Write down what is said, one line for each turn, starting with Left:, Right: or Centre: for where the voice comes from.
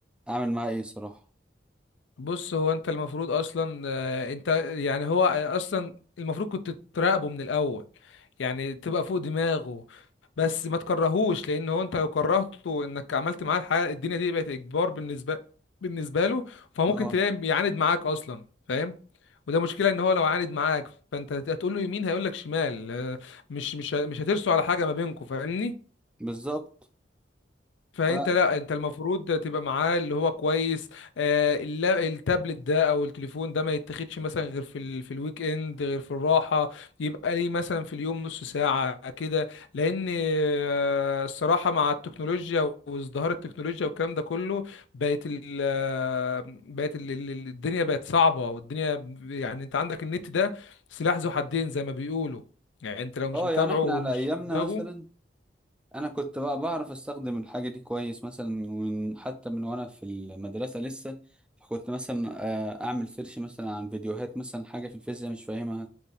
Centre: اعمل معاه ايه صراحه
Left: بص هو انت المفروض اصلا آه، انت يعني هو اصلا المفروض كنت تراقبه من الاول يعني تبقى فوق دماغه بس ما تكرهوش لان هو انت لو كرهته انك عملت معاه الحاجه الدنيا دي بقت اجبار بالنسبه بالنسبه له فممكن
Centre: اه
Left: تلاقي يعاند معاك اصلا فاهم وده مشكله ان هو لو عاند معاك فانت هتقول له يمين هيقول لك شمال آه، مش مش مش هترسوا على حاجه ما بينكم فاهمني
Centre: بالظبط
Left: فانت
Centre: ف
Left: لا انت المفروض تبقى معاه اللي هو كويس آه، اللا- التابلت ده او التليفون ده ما يتاخدش مثلا غير في ال... في الويك اند غير في الراحه يبقى ليه مثلا في اليوم نص ساعه كده لان آه، الصراحه مع التكنولوجيا وازدهار التكنولوجيا والكلام ده كله بقت ال... آه، بقت ال... ال- ال- الدنيا بقت صعبه والدنيا يعني انت عندك النت ده سلاح ذو حدين زي ما بيقولوا يعني انت لو مش
Centre: اه
Left: متابعه
Centre: يعني احنا
Left: ومش
Centre: على ايامنا
Left: في دماغه
Centre: مثلا انا كنت بقى بعرف استخدم الحاجه دي كويس مثلا من حتى من وانا في المدرسه لسه كنت مثلا آه، اعمل سيرش مثلا عن فيديوهات مثلا حاجه في الفيزياء مش فاهمها